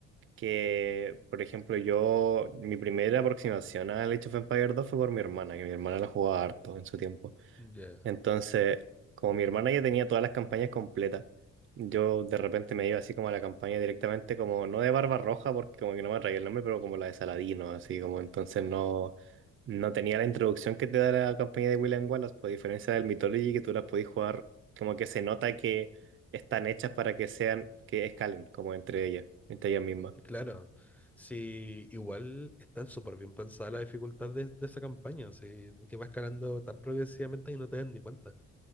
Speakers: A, on the right; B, in the centre.
A: que, por ejemplo, yo, mi primera aproximación al Age of Empires 2 fue por mi hermana, que mi hermana la jugaba harto en su tiempo.
B: ya.
A: Entonces, como mi hermana ya tenía todas las campañas completas, yo de repente me iba así como a la campaña directamente, como no de Barba Roja, porque como que no me atraía el nombre, pero como la de Saladino, así como entonces no, no tenía la introducción que te da la campaña de William Wallace, por diferencia del Mythology, que tú las podías jugar, como que se nota que están hechas para que sean, que escalen, como entre ellas, entre ellas mismas.
B: Claro, sí, igual están súper bien pensadas las dificultades de, de esa campaña, sí, que va escalando tan progresivamente y no te das ni cuenta.